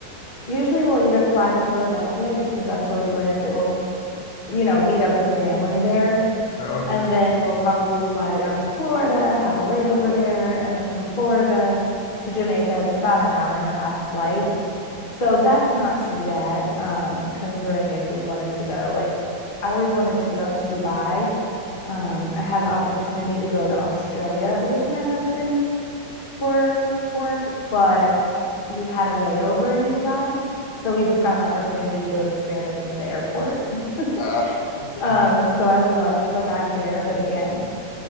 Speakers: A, on the left; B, on the left.
A: usually we'll either fly to Philadelphia because that's where we lived and we'll you know meet up with family there
B: Oh, okay.
A: and then we'll probably fly down to Florida, have a layover there and then from Florida to Jamaica it's about an hour and a half flight So that's not too bad, um, considering if we wanted to go. Like, I always wanted to go to Dubai. I had the opportunity to go to Australia with my husband for work, but we had a layover in Dubai. So we just got an opportunity to experience the airport. <laughs>
B: Ah, okay.
A: Um, so I would love to go back there. But again,